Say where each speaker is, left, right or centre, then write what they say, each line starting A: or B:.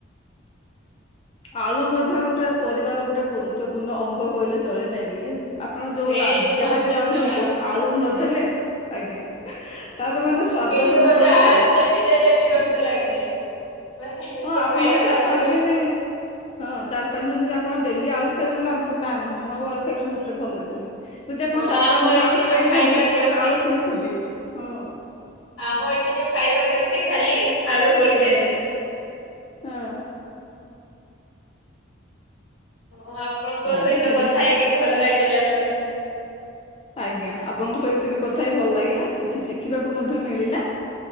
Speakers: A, on the left (about 30°); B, on the left (about 80°).
A: ଆଳୁ ମଧ୍ୟ ଗୋଟେ ପରିବାର ଗୋଟେ ଗୁରୁତ୍ୱପୂର୍ଣ୍ଣ ଅଙ୍ଗ କହିଲେ ଚଳେ ନାଇଁ କି? ଆପଣ ଯୋଉ
B: ସେ
A: ରା
B: ସବୁ
A: ଯାହାବି
B: ଜିନିଷରେ
A: ରାନ୍ଧନ୍ତୁ
B: ଆସିବ
A: ଆଳୁ ନଦେଲେ, ଆଜ୍ଞା ତାର ମାନେ ସ୍ଵାଦହୀନ
B: କିନ୍ତୁ ମତେ
A: କହିଲେ
B: ଆଳୁ
A: ଚଳେ
B: ଦେଖିଦେଲେ ବିରକ୍ତ ଲାଗିଯାଏ। ମାନେ
A: ହଁ
B: ସେ
A: ଆପଣ
B: ଖାଇବାରେ
A: ଯଦି ଚାରି
B: ଆସିଗଲେ।
A: ପାଞ୍ଚ ଦିନ ହଁ ଚାରି ପାଞ୍ଚ ଦିନ ଯଦି ଆପଣ ଡେଲି ଆଳୁ ଖାଇଦେଲେ ବୋଲି ଆମେ କହିବେ ନା ନା ମୁଁ ଆଉ ଆଳୁ ଖାଇବିନି ମତେ ଭଲ ଲାଗୁନି। ଯଦି ଆପଣ
B: ହଁ
A: ଚାରି
B: ଆମ
A: ପାଞ୍ଚ ଦିନ
B: ଏଠି
A: ଆଳୁ ଖାଇବେନି
B: ଯୋଉ ଖାଇବା ଦିଅନ୍ତି
A: କହିବେ ଆଳୁ ପୁଣି ଖୋଜିବେ ହଁ।
B: ଆମ ଏଠି ଯୋଉ ଖାଇବା ଦିଅନ୍ତି ଖାଲି ଆଳୁ ପଡ଼ିଥାଏ ସେଥିରେ।
A: ହଁ।
B: ହଁ ଆପଣଙ୍କ
A: ନା
B: ସହିତ
A: ନା ସେମି
B: କଥା ହେଇକି ଭଲ ଲାଗିଲା ମ୍ୟାଡାମ।
A: ଆଜ୍ଞା। ଆପଣଙ୍କ ସହିତ ବି କଥା ହେଇ ଭଲ ଲାଗିଲା। କିଛି ଶିଖିବାକୁ ମଧ୍ୟ ମିଳିଲା।